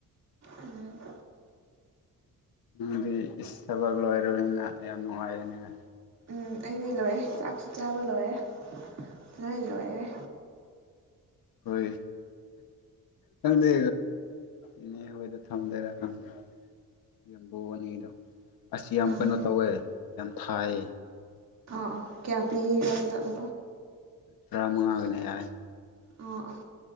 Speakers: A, on the right (about 50°); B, on the left (about 80°).
A: ꯎꯝ
B: ꯅꯪꯗꯤ ꯏꯁ ꯊꯕꯛ ꯂꯣꯏꯔꯕꯅꯤꯅ ꯌꯥꯝ ꯅꯨꯡꯉꯥꯏꯌꯦꯅꯦ
A: ꯎꯝ ꯑꯩꯗꯤ ꯂꯣꯏꯔꯦ ꯆꯥꯛꯁꯨ ꯆꯥꯕ ꯂꯣꯏꯔꯦ ꯂꯣꯏ ꯂꯣꯏꯔꯦ
B: ꯍꯣꯏ ꯈꯪꯗꯦ ꯏꯅꯦ ꯍꯣꯏꯗ ꯊꯝꯗꯣꯏꯔꯥ ꯈꯪꯗ ꯌꯥꯝꯕꯣꯛꯑꯅꯤꯗꯣ ꯑꯁ ꯌꯥꯝ
A: ꯎꯝ
B: ꯀꯩꯅꯣ ꯇꯧꯋꯦ ꯌꯥꯝ ꯊꯥꯏ
A: ꯑꯥ ꯑ ꯀꯌꯥ ꯄꯤ ꯍꯥꯏꯕꯗ
B: ꯇꯔꯥꯃꯉꯥꯒꯤꯅ ꯌꯥꯏ
A: ꯑꯥ ꯑꯥ